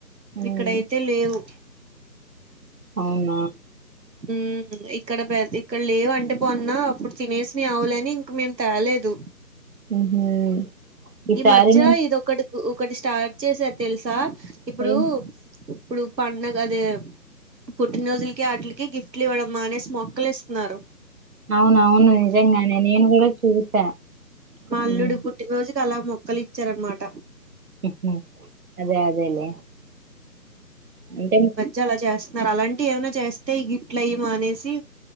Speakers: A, on the right; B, on the right.
A: ఉమ్,
B: ఇక్కడయితే లేవు
A: అవునా
B: ఉమ్ ఇక్కడ పె ఇక్కడ లేవు అంటే మొన్న అప్పుడు తినేసినయి ఆవులని ఇంక మేము తేలేదు
A: ఉహు ఈసారి
B: ఈ మధ్య ఇదొక ఒకటి స్టార్ట్ చేసారు తెలుసా ఇప్పుడు
A: నేను
B: ఇప్పుడు పండగ అదే పుట్టినరోజులకి అట్లికి కి గిఫ్ట్లు ఇవ్వడం మానేసి మొక్కలు ఇస్తున్నారు
A: అవునవును నిజంగానే నేను కూడా చూసా
B: మా
A: ఉమ్,
B: అల్లుడు పుట్టినరోజుకి అలా మొక్కలు ఇచ్చారనమాట
A: ఉహు అదే అదేలే అంటే
B: చాలా చేస్తున్నారు అలాంటివి ఏమైనా చేస్తే ఈ గిఫ్ట్లు అయ్యి మానేసి